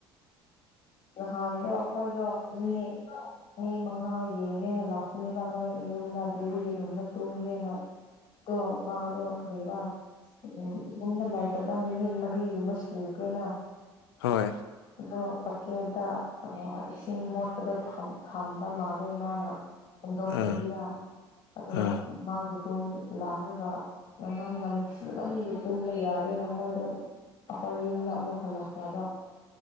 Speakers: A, on the left; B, on the left.
A: ꯅꯍꯥꯟꯗꯣ ꯑꯈꯣꯏꯗꯣ ꯃꯤ ꯃꯤ ꯃꯉꯥ ꯌꯦꯡꯒꯦꯅ ꯂꯥꯛꯄꯅꯦꯕ ꯅꯣꯏ ꯌꯨꯝꯗ ꯕꯤꯋꯨꯒꯤ ꯔꯨꯝꯗ ꯇꯨꯝꯒꯦꯅ ꯗꯣ ꯃꯗꯣ ꯀꯔꯤꯔ ꯎꯝ ꯌꯨꯝꯗ ꯂꯥꯢꯗꯕ ꯅꯨꯃꯤꯠ ꯃꯔꯤꯒꯨꯝꯕ ꯁꯨꯈ꯭ꯔꯦꯅ
B: ꯍꯣꯏ꯫
A: ꯑꯗꯣ ꯄꯀꯦꯠꯇ ꯑ ꯏꯁꯤꯡ ꯃꯣꯠꯄꯗꯣ ꯐꯝ ꯊꯝꯕ ꯃꯥꯜꯂꯦ ꯃꯥꯅ ꯍꯨꯟꯗꯣꯛꯇꯕꯤꯗ
B: ꯑꯥ
A: ꯑꯗꯣ
B: ꯑꯥ
A: ꯃꯥꯒꯤ ꯔꯨꯝ ꯂꯥꯛꯔꯒ ꯃꯅꯝ ꯅꯝꯊꯤꯃꯟꯕꯒꯤ ꯇꯨꯝꯕ ꯌꯥꯗꯦꯅ ꯃꯣꯏꯗꯣ ꯑꯩꯈꯣꯏ ꯌꯨꯝꯗ ꯑꯃꯨꯛ ꯍꯜꯂꯛꯈ꯭ꯔꯕ?